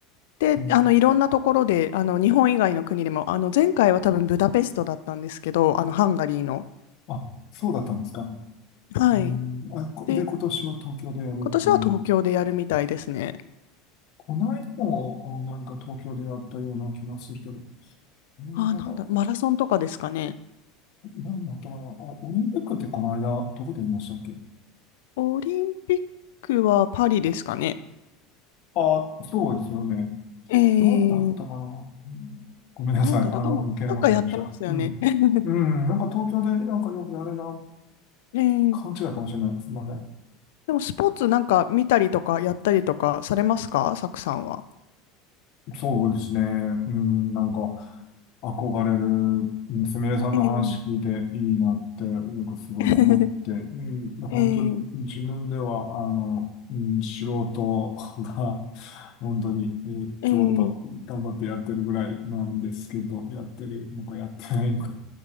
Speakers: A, on the left; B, on the left.
A: で、
B: えー
A: あの、いろんなところで、あの、日本以外の国でも、あの、前回は多分ブダペストだったんですけど、あの、ハンガリーの。
B: あ、そうだったんですか。
A: はい。
B: うん、あ、こで、
A: で、
B: 今年は東京でやるっていう。
A: 今年は東京でやるみたいですね。
B: この間もあなんか東京でやったような気がするけど、うんなんか、
A: あー、なんだ、マラソンとかですかね。
B: なんだったかな。あ、オリンピックってこの間、どこでやりましたっけ
A: オリンピックはパリですかね。
B: あ、そうですよね。
A: えー、
B: なんだったかな。うんごめんなさい。
A: なんだろう、
B: あの、
A: でも、
B: 余計なこと言いました。
A: なんかやってますよね。
B: うん。
A: <laughs>
B: うん、なんか東京でなんかよくやるな、
A: えー、
B: 勘違いかもしれない。すみません。
A: でも、スポーツなんか見たりとか、やったりとかされますかサクさんは。
B: そうですね。うん、なんか、憧れる、うんすみれさんの話聞いていいなって、
A: えー、
B: なんかすごい思って、
A: <laughs>
B: うん、本当自分では、
A: えー、
B: あの、うん、素人が、本当に、えーちょこっと頑張ってやってるぐらいなんですけど、
A: えー、
B: やってるのかやってないのか。